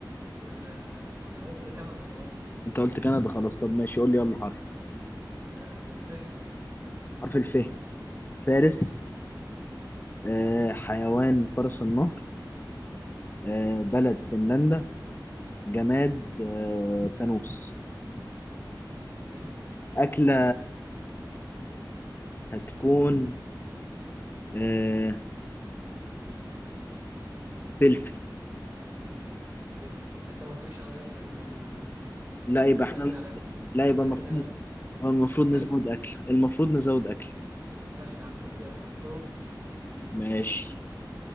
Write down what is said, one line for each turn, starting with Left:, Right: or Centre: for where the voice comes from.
Right: ال انا قلت كندا خلاص
Left: انت قلت كندا خلاص طب ماشي قول لي يلا حرف
Right: آه الف
Left: حرف الف فارس آه، حيوان فرس النهر آه، بلد فنلندا جماد آه، فانوس
Right: جميل
Left: أكلة هتكون آه، فلفل
Right: فلفل انت ما قلتليش على الاكله دي ما
Left: لا يبقى
Right: لسه
Left: احنا
Right: قايل لي عليها انت
Left: لا يبقى المفروض
Right: لسه قايل لي عليها
Left: المفروض
Right: ايه
Left: نزود أكل المفروض نزود أكل
Right: ماشي يا عم خد ك- كرومب
Left: ماشي